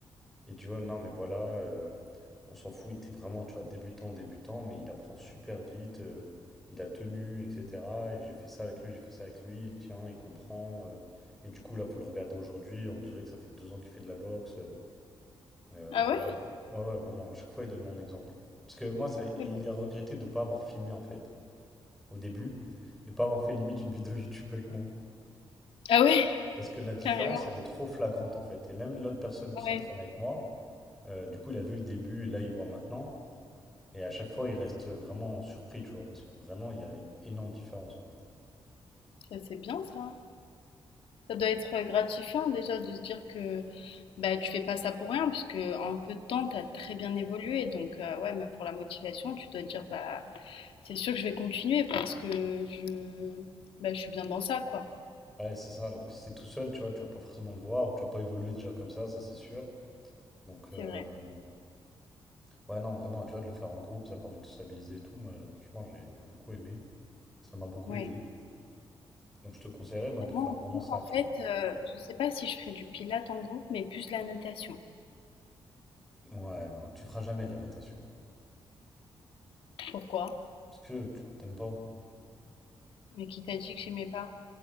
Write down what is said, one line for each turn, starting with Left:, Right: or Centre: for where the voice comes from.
Centre: Il dit, ouais, non, mais voilà. euh, On s'en fout, il était vraiment, tu vois, débutant, débutant, mais il apprend super vite, euh, il a tenu, etc. Et j'ai fait ça avec lui, j'ai fait ça avec lui, tiens, il comprend. euh. et du coup, là, vous le regardez aujourd'hui, on dirait que ça fait deux ans qu'il fait de la boxe. euh, euh,
Left: Ah
Centre: vraiment.
Left: ouais?
Centre: Ouais, ouais, vraiment, à chaque fois, il donne mon exemple. Parce que moi, ça, et il
Left: Mais bon.
Centre: est regretté de ne pas avoir filmé, en fait, au début, et pas avoir fait limite une vidéo <laughs> YouTube avec moi.
Left: Ah ouais,
Centre: Parce que
Left: <laughs>
Centre: la différence,
Left: carrément.
Centre: elle est trop flagrante, en fait. Et même l'autre personne qui s'entraîne
Left: Ouais.
Centre: avec moi, euh, du coup, il a vu le début, et là, il voit maintenant. Et à chaque fois, ils restent vraiment surpris, tu vois, parce que vraiment, il y a une énorme différence, quoi.
Left: Ça, c'est bien ça. Ça doit être euh, gratifiant déjà de se dire que bah, tu fais pas ça pour rien, parce que en peu de temps, tu as très bien évolué. Donc, euh, ouais, même pour la motivation, tu dois te dire, bah, c'est sûr que je vais continuer parce que je, bah, je suis bien dans ça, quoi.
Centre: Ouais, c'est ça. Alors que si t'es tout seul, tu vois, tu vas pas forcément le voir, ou tu vas pas évoluer déjà comme ça, ça c'est sûr. Donc, euh,
Left: C'est vrai.
Centre: ouais, non, vraiment, tu vois, de le faire en groupe, ça permet de stabiliser et tout. Moi, franchement, j'ai j'ai beaucoup aimé. Ça m'a beaucoup
Left: Ouais.
Centre: aidé. Donc, je te conseillerais, moi,
Left: Bah,
Centre: de
Left: Moi,
Centre: faire
Left: en
Centre: vraiment
Left: groupe,
Centre: ça,
Left: en
Centre: tu
Left: fait,
Centre: vois.
Left: euh, je sais pas si je ferais du pilate en groupe, mais plus de la natation.
Centre: Ouais, non, tu feras jamais de la natation.
Left: Pourquoi?
Centre: Parce que tu t'aimes pas.
Left: Mais qui t'a dit que j'aimais pas?